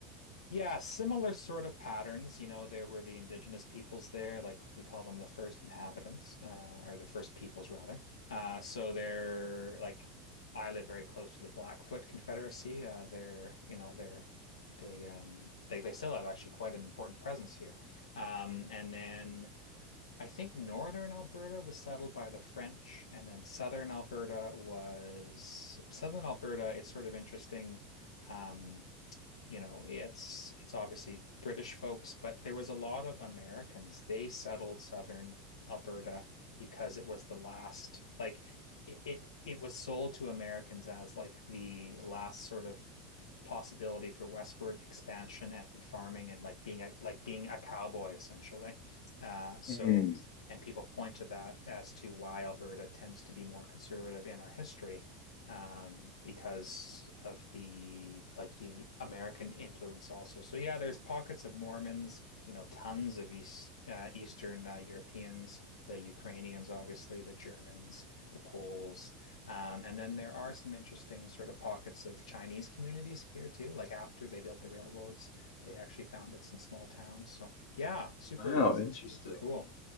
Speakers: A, on the left; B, on the left.
A: Yeah, similar sort of patterns. You know, there were the indigenous peoples there, like we call them the first inhabitants, uh, or the first peoples rather. Uh, so they're like, I live very close to the Blackfoot Confederacy. Uh, they're, you know, they're they um they they still have actually quite an important presence here. Um, and then I think northern Alberta was settled by the French, and then southern Alberta was southern Alberta. It's sort of interesting. Um, you know, it's it's obviously British folks, but there was a lot of Americans. They settled southern Alberta because it was the last, like it it, it was sold to Americans as like the last sort of possibility for westward expansion and farming and like being a like being a cowboy essentially. Uh, so
B: Hmm.
A: and people point to that as to why Alberta tends to be more conservative in our history um, because of the like the American influence also. So yeah, there's pockets of Mormons, you know, tons of East uh, Eastern uh, Europeans, the Ukrainians, obviously, the Germans, the Poles, um, and then there are some interesting sort of pockets of Chinese communities here too. Like after they built the railroads, they actually founded some small towns. So yeah, super
B: Wow, Interesting.
A: super cool.